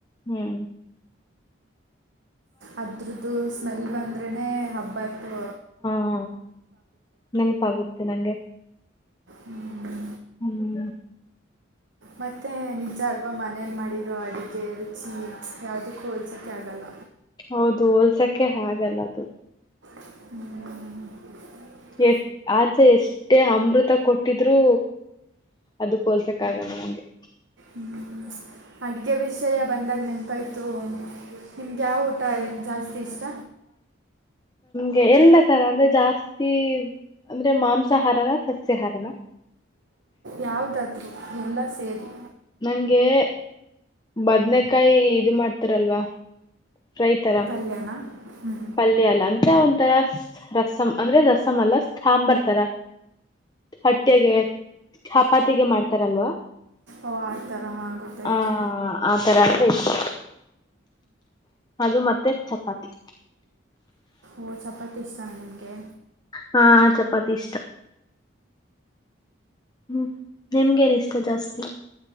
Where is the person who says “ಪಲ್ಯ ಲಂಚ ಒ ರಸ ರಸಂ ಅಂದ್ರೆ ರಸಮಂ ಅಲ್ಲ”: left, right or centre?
Left